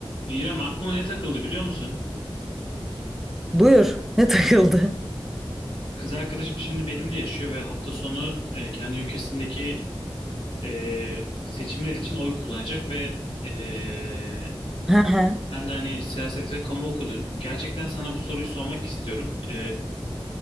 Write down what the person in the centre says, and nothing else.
Buyur. Ne takıldı?
Hı hı.